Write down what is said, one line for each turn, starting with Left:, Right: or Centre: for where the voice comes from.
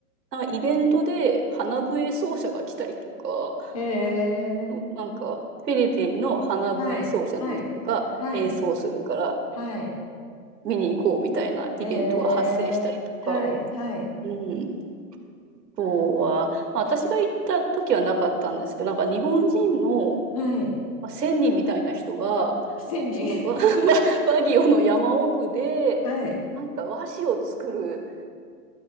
Right: なんかイベントで花笛奏者が来たりとか、
Left: へえ。
Right: そうなんかフィリピンの花笛奏者の人が演奏するから
Left: はい、はい、はい、はい、
Right: 見に行こうみたいなイベントが発生したりとか、
Left: へえ、はい、はい、
Right: うん、あとは、まあ、私が行った時はなかったんですけど、なんか日本人の
Left: はい、
Right: まあ人みたいな人が、
Left: 千人
Right: そのバ、<laughs> ババギオの山奥で、
Left: <laughs> はい、
Right: なんか和紙を作る